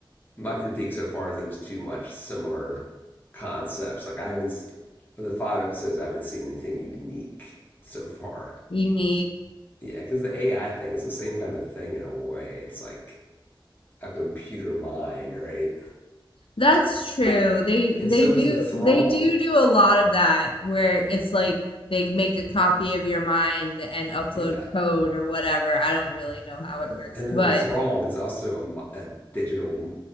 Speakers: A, on the left (about 20°); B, on the left (about 85°).
A: my critique so far is that there's too much similar concepts. Like I haven't s- of the five episodes, I haven't seen anything unique so far.
B: unique.
A: Yeah, because the AI thing, it's the same kind of thing in a way. It's like a computer mind, right?
B: That's true. They
A: And
B: they
A: so
B: do
A: is the Throng.
B: they do do a lot of that where it's like they make a copy of your mind and upload
A: Yeah,
B: code or whatever. I don't really know how it works,
A: and then
B: but
A: the Throng is also a, a digital